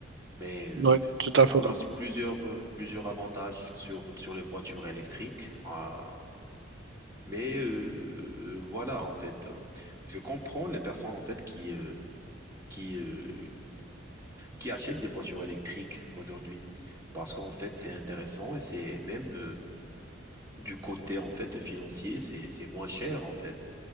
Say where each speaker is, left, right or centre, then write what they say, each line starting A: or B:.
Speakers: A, on the right; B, on the right.
A: Mais euh,
B: Oui, tout
A: on
B: à fait
A: a, on
B: d'accord.
A: a aussi plusieurs, euh, plusieurs avantages sur, sur les voitures électriques. Euh, mais euh, voilà, en fait, euh, je comprends les personnes en fait qui euh, qui euh, qui achètent des voitures électriques aujourd'hui parce qu'en fait c'est intéressant et c'est même euh, du côté en fait financier c'est c'est moins cher en fait